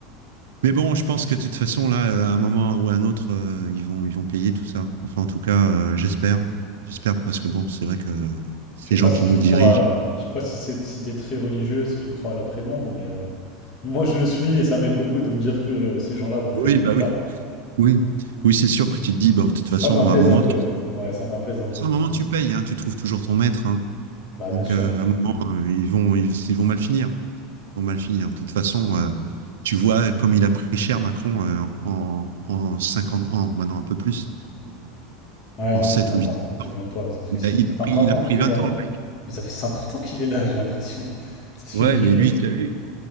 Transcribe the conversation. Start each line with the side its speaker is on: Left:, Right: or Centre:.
Right: Mais bon, je pense que de toute façon, là, euh, à un moment ou à un autre, euh, ils vont, ils vont payer tout ça. Enfin, en tout cas, euh, j'espère. J'espère parce que bon, c'est vrai que euh, ces
Left: Je sais
Right: gens
Left: pas si
Right: qui
Left: tu
Right: nous dirigent.
Left: crois, euh, je sais pas si c'est si t'es très religieux, si tu crois à l'après-monde, mais euh, moi je le suis et ça m'aide beaucoup de me dire que euh, ces gens-là vont payer
Right: Oui,
Left: plus
Right: bah
Left: tard.
Right: oui. Oui, oui, c'est sûr que tu te dis, bah, de toute
Left: Ça
Right: façon,
Left: m'apaise
Right: à un moment,
Left: un peu.
Right: tu, de
Left: hein.
Right: toute
Left: Ouais, ça m'apaise un peu.
Right: façon, à un moment, tu payes, hein, tu trouves toujours ton maître. hein.
Left: Bah
Right: Donc,
Left: bien sûr.
Right: euh, à un moment,
Left: Mm.
Right: euh, ils vont, ils, ils vont mal finir. Ils vont mal finir. De toute façon, euh, tu vois comme il a pris cher Macron euh, en, en 50 ans, maintenant un peu plus, en,
Left: Ouais,
Right: en
Left: non,
Right: 7
Left: mais attends,
Right: ou huit
Left: je
Right: ans.
Left: sais même pas, ça fait
Right: Il
Left: ça
Right: a, il
Left: fait
Right: a pris,
Left: 50
Right: il a
Left: ans
Right: pris
Left: qu'il
Right: 20
Left: est là.
Right: ans,
Left: lui.
Right: le mec.
Left: Mais ça fait 50 ans qu'il est là, j'ai l'impression. <laughs> Ça se
Right: Ouais,
Left: finit jamais.
Right: mais lui, t'as vu,